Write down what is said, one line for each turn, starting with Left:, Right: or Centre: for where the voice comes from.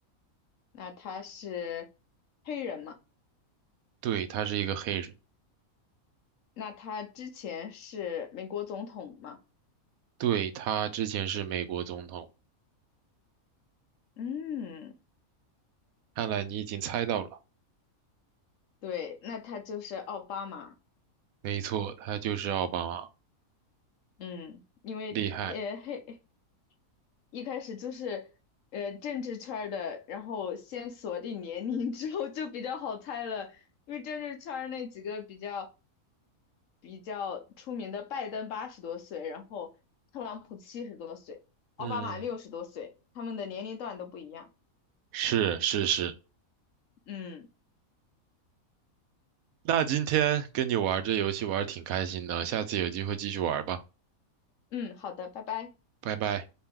Left: 那他是黑人吗？
Right: 对，他是一个黑人，
Left: 那他之前是美国总统吗？
Right: 对，他之前是美国总统。
Left: 嗯。
Right: 看来你已经猜到了，
Left: 对，那他就是奥巴马，
Right: 没错，他就是奥巴马，
Left: 嗯，因为呃黑
Right: 厉害。
Left: <laughs> 一开始就是呃政治圈儿的，然后先锁定年龄之后就比较好猜了，因为政治圈儿那几个比较比较出名的，拜登八十多岁，然后特朗普七十多岁，奥巴马六十多岁，
Right: 嗯，
Left: 他们的年龄段都不一样。
Right: 是是是。
Left: 嗯
Right: 那今天跟你玩这游戏玩得挺开心的，下次有机会继续玩吧，
Left: 嗯，好的，拜拜。
Right: 拜拜。